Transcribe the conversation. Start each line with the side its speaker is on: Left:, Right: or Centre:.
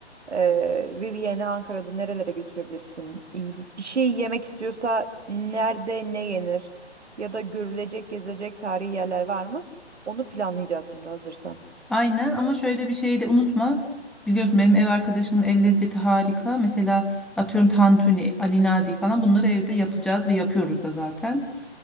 Right: Ee, Vivienne'i Ankara'da nerelere götürebilirsin? İyi- Bir şey yemek istiyorsa nerede ne yenir? Ya da görülecek, gezilecek tarihi yerler var mı? Onu planlayacağız şimdi hazırsan.
Centre: Aynen ama şöyle bir şeyi de unutma. Biliyorsun benim ev arkadaşımın el lezzeti harika. Mesela atıyorum tantuni, Ali Nazik falan bunları evde yapacağız ve yapıyoruz da zaten.